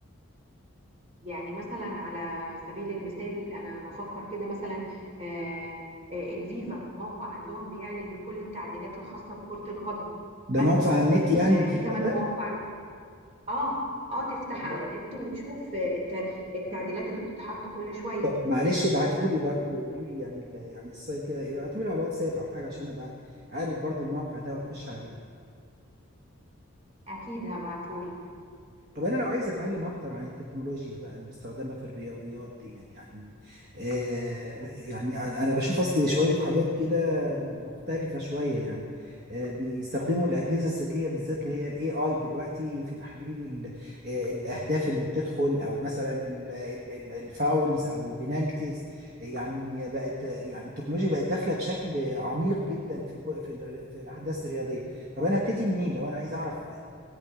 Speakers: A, on the right; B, on the right.
A: يعني مثلا على سبيل المثال أنا بفكر كده مثلا آه، آه، الفيفا موقع عندهم بيعلن كل التعديلات الخاصة بكرة القدم
B: ده
A: مثلا
B: موقع على النت يعني
A: آه،
B: الفيفا
A: في كمان
B: ده
A: مواقع اه اه تفتح
B: الله
A: على النت وتشوف آه، الت- التعديلات اللي بتتحط كل شوية
B: معلش ابعتهولي برضو وقولي لي يعني ال- يعني السايت كده ابعتهولي على الواتساب او حاجه عشان ابقى عارف برضو الموقع ده واخش عليه
A: أكيد هبعتهولك
B: طب انا لو عايز اتعلم اكتر عن التكنولوجيا بقى المستخدمه في الرياضيات دي يعني آه يعني انا أنا بشوف اصل شويه حاجات كده مختلفه شويه يعني آه بيستخدموا الاجهزه الذكيه بالذات اللي هي الاي اي دلوقتي في تحليل ال- آه، الاهداف اللي بتدخل او مثلا ال- ال- ال- الفاولز او البنالتيز يعني بقت يعني التكنولوجيا بقت داخله بشكل عميق جدا في كو- في ال- في الاحداث الرياضيه طب انا ابتدي منين لو انا عايز اعرف